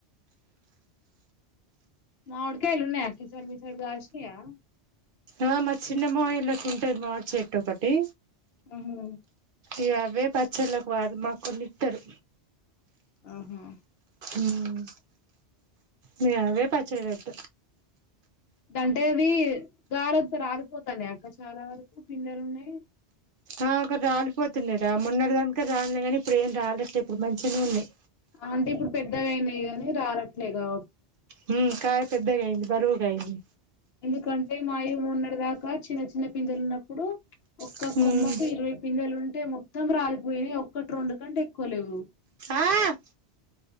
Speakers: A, on the left; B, on the right.
A: మామిడి కాయలు అక్క ఉన్నాయా ఈ సారి మీ సైడ్ కాశీనాయ
B: అ మా చిన్న మావయోళ్ళకి ఉంటది మామిడి చేట్టు ఒకటి
A: ఉహు
B: ఇగా అవే పచ్చళ్ళకు వాడ మాకు కొన్ని ఇస్తరు
A: ఆహా
B: ఉమ్ మే అవే పచ్చడి వేట్
A: దన్ టే ది గాలోతే రాలిపోతానై అక్క చాలా వరకు పిందల్ ఉన్నాయి
B: ఆ అకడ్ రాలిపోతున్నైరా మోనాట్టి దాంక రాల్నై కానీ ఇప్పుడు ఏం రాలేట్లే ఇప్పుడు మంచిగానే ఉన్నాయి
A: అ అంటే ఇప్పుడు పెద్దగఅయిందని రాలట్లేగా
B: హ్మ్ కాయ పెద్దగాయినంది బరువుగ అయింది
A: ఎందుకంటే మాయి మొన్నడి దాకా చిన్న చిన్న పీందేళ్ళు ఉన్నప్పుడు ఒక్క
B: అయింది
A: కొమ్మకు ఇరవై పిందలు ఉం అంటే మొత్తం రాలిపోయినయి ఒక్కటి రెండు కంటే ఎక్కువ లేవు
B: అ అ